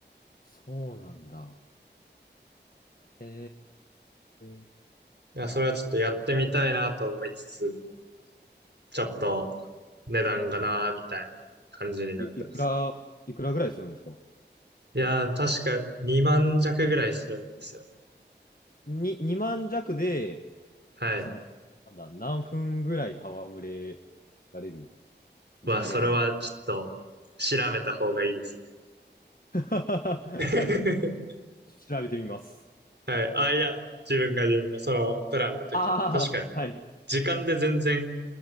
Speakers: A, on the left; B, on the right.
A: そうなんだ。へえ。
B: いや、それはちょっとやってみたいなと思いつつ、ちょっと値段がなーみたいな感じになってます。
A: い、いくら、いくらぐらいするんですか
B: いやー、確か2万弱ぐらいするんですよね。
A: に、2万弱で、
B: はい。
A: その、なんだ、何分ぐらい戯れられるジンベエザメと。
B: うわ、それはちょっと調べた方がいいですね。
A: <laughs> はい。
B: <laughs>
A: 調べてみます。
B: はい。あ、いや、自分が自分がそのプランの時に。
A: ああ、
B: 確かに。
A: はい。い
B: 時間で全然